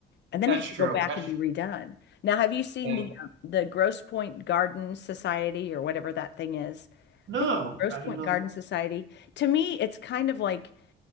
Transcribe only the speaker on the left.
And then
I have
to go back
and be redone. Now, have you seen
the um, the Grosse Point Garden Society or whatever that thing is?
I think
Grosse
Point
Garden
Society. To me, it's kind of like